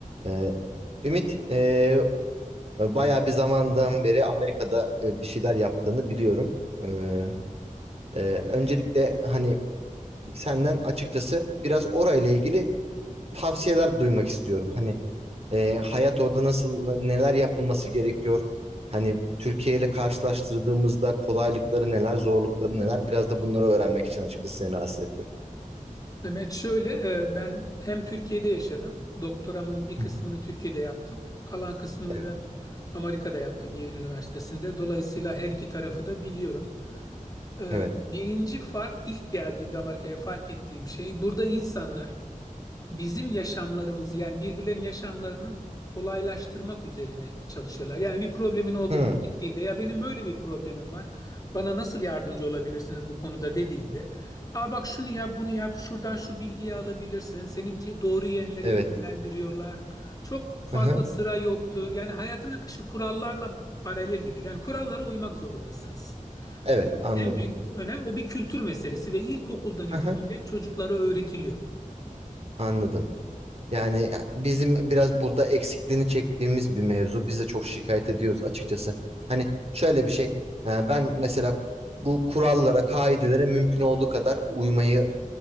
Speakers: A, on the right (about 50°); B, on the left (about 25°).
A: Ee, Ümit, e, bayağı bir zamandan beri Amerika'da e, bir şeyler yaptığını biliyorum. Ee, e, öncelikle hani senden açıkçası biraz orayla ilgili tavsiyeler duymak istiyorum. Hani e, hayat orada nasıl, n- neler yapılması gerekiyor? Hani Türkiye ile karşılaştırdığımızda kolaylıkları neler, zorlukları neler? Biraz da bunları öğrenmek için açıkçası seni rahatsız ettim.
B: Mehmet şöyle, e, ben hem Türkiye'de yaşadım. Doktoramın bir
A: Hı
B: kısmını
A: hı.
B: Türkiye'de yaptım. Kalan kısmını
A: Evet.
B: da Amerika'da yaptım Yale Üniversitesi'nde. Dolayısıyla her iki tarafı
A: Hı
B: da biliyorum. E,
A: Evet.
B: Birinci fark ilk geldiğimde Amerika'ya fark ettiğim şey burada insanlar bizim yaşamlarımızı yani birbirlerinin yaşamlarını kolaylaştırmak üzerine çalışıyorlar. Yani bir problemin olduğunu
A: Hı,
B: gittiğinde ya benim böyle bir problemim var. Bana nasıl yardımcı olabilirsiniz bu konuda dediğinde. Aa bak şunu yap, bunu yap. Şuradan şu bilgiyi alabilirsin. Seni te- doğru yönlere
A: evet.
B: yönlendiriyorlar. Çok fazla
A: Hı hı.
B: sıra yoktur. Yani hayatın akışı kurallarla paralel gidiyor. Yani kurallara uymak zorundasınız.
A: Evet, anladım.
B: En büyük önem o bir kültür meselesi ve ilkokuldan itibaren
A: Hı hı.
B: çocuklara öğretiliyor.
A: Anladım. Yani e, bizim biraz burada eksikliğini çektiğimiz bir mevzu. Biz de çok şikayet ediyoruz açıkçası. Hani şöyle bir şey. e, Ben mesela bu kurallara, kaidelere mümkün olduğu kadar uymayı